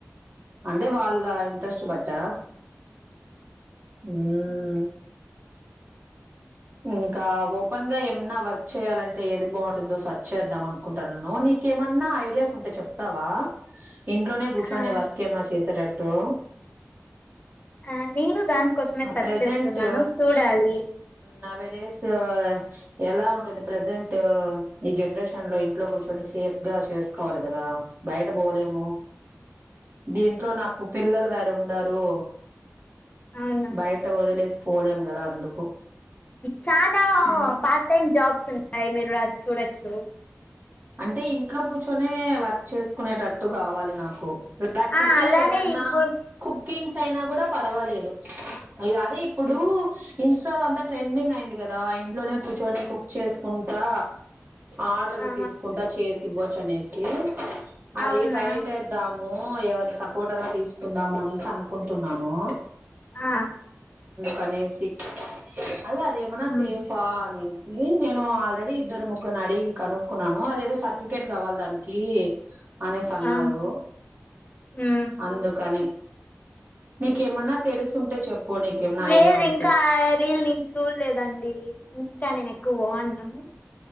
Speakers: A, on the right; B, on the left.
A: అంటే వాళ్ళ ఇంట్రెస్ట్ బట్టా హమ్ ఇంకా ఓపెన్ గా ఏమన్నా వర్క్ చేయాలంటే ఏది బాగుంటుందో సర్చ్ చేద్దాం అనుకుంటానన్ను నీకేమన్నా ఐడియాస్ ఉంటే చెప్తావా ఇంట్లోనే కూర్చొని
B: ఆ
A: వర్క్ ఏమన్నా చేసేట తో
B: ఆ నేను దాని కోసమే మె సర్చ్
A: ప్రెజెంట్
B: చేస్తున్నాను చూడాలి
A: నవే డేస్ ఎలా ఉంటుంది ప్రజెంట్ ఈ జనరేషన్ లో ఇంట్లో కూర్చొని సేఫ్గా చేసుకోవాలి కదా బయట పోలేము దీంట్లో నాకు పిల్లలు వారు ఉండారు
B: అవునా
A: బయట వొదిలేసి పోలేం కదా అందుకు
B: చానా
A: ఉమ్
B: పార్ట్ టైమ్ జాబ్ స్ ఉన్నాయి మీరు రా చూడొచ్చు
A: అంటే ఇంట్లో కూర్చొనే వర్క్ చేసుకునేటట్టు కావాలి నాకు లాకపోతే
B: ఆ అలానే
A: ఏదన్నా
B: ఇప్పుడు
A: కుకింగ్స్ అయినా కూడా పర్వాలేదు ఇ అదే ఇప్పుడు ఇన్స్టాలో అంతా ట్రెండింగ్ అయింది కదా ఇంట్లోనే కూర్చొని కుక్ చేసుకుంటా ఆర్డర్లు
B: ఆ
A: తీసు చేసి ఇవ్వచ్చు అనేసి అది
B: అవునా
A: ట్రై చేద్దాము ఎవరి సపోర్ట్ అయినా తీసుకుందాము అనేసి అనుకుంటున్నానూ
B: అ
A: కనేసి అదే అదేమనా
B: ఉమ్,
A: సేఫా అనేసి ఇది నేను ఆల్రెడీ ఇద్దరు ముగ్గురు అడిగి కనుక్కున్నాను అదేదో సర్టిఫికేట్ కావాలి దానికీ అనేసి అన్నారూ
B: ఆ మ్మ్
A: అందుకని నీకేమన్నా తెలుసుంటే చెప్పు నీకేమన్నా
B: లేదు
A: ఐడియా ఉంటే
B: ఇంకా రీల్ నేను చూడలేదండి ఇన్స్టా నేను ఎ క్వాన్నము